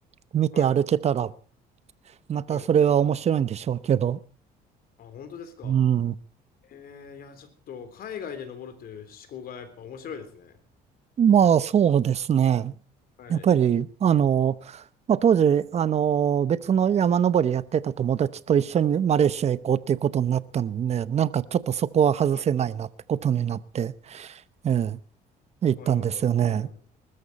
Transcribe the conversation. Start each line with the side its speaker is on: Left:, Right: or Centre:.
Right: 見て歩けたら、
Left: はい。
Right: またそれは面白いんでしょうけど。
Left: はい。あ、本当ですか。
Right: うん。
Left: えー、いや、ちょっと海外で登るという思考がやっぱ面白いですね。
Right: まあそうですね。
Left: はい。
Right: やっぱり、あの、まあ、当時、あの、別の山登りやってた友達と一緒にマレーシア行こうっていうことになったんで、なんかちょっとそこは外せないなってことになって、
Left: はい。
Right: ええ、行ったんですよね。
Left: はいはいはい。そうなんですね